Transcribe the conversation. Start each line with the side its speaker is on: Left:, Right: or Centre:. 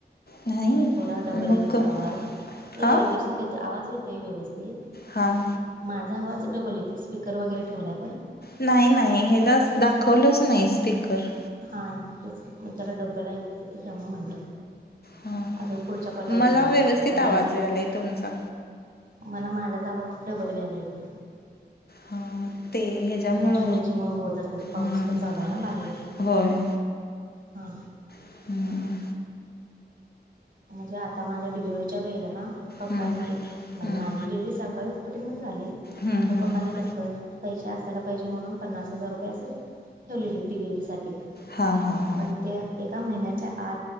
Left: नाही
Right: थोडां डबल
Left: मग
Right: येतं होतां आवांज येते
Left: अ
Right: व्यवस्थित येतं आवांज येतंय व्यवस्थित
Left: हां
Right: माझां आवांज डबल येते स्पीकर वगैरें ठेवलांय कां
Left: नाहीं नाहीं ह्यांला दाखवलंच नाहीं स्पीकर
Right: हा, तेच. मग जरा डब्बल ऐकू येत होत. त्यामुळ म्हणलं.
Left: हां
Right: अजून पुढच्या कॉलला ऐकू
Left: मला
Right: येणार
Left: व्यवस्थित
Right: नाही. आता
Left: आवाज
Right: रेंज
Left: यायला आहे तुमचा
Right: मला, माझाच आवाज, डबल <unintelligible> येतेय.
Left: हां ते ह्याच्यामुळं
Right: कारण, रेंजमुळं होत असेल. पाऊस
Left: हम्म
Right: पण चालूय ना, बाहेर.
Left: होय.
Right: हा.
Left: हम्म
Right: म्हणजे आता, माझ्या डिलिव्हरीच्या वेळेला ना. पप्पांनी
Left: हम्म
Right: म्हणजे,
Left: हम्म
Right: माझी डिलिव्हरी सरकारी हॉस्पिटलमध्ये झाली.
Left: हम्म
Right: तर पपानी
Left: हम्म
Right: कसं, पैसे असायला पाहिजे. म्हणून, पन्नास हजार रुपये असं ठेवलेले डिलिव्हरी साठी.
Left: हा, हा, हा.
Right: अन् ते एका महिन्याच्या आत.